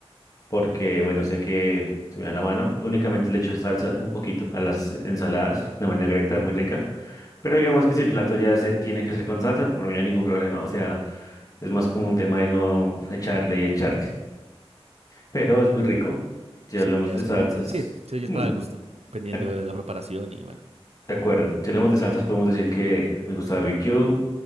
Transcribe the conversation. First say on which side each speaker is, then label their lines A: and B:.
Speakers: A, on the left (about 35°); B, on the right (about 75°).
A: porque, bueno, sé que se me da la mano. Únicamente le echo salsa un poquito a las ensaladas, una vinagreta muy rica. Pero digamos que si el plato ya se tiene que hacer con salsa, por mí no hay ningún problema. O sea, es más como un tema de no echarle y echarle. Pero es muy rico. Si
B: Sí,
A: hablamos
B: ya
A: de
B: es
A: salsas,
B: como... Sí, sí, ya
A: mm,
B: es para el gusto. Dependiendo
A: de
B: de la preparación y bueno.
A: de acuerdo. Si hablamos de salsas, podemos decir que me gusta barbecue,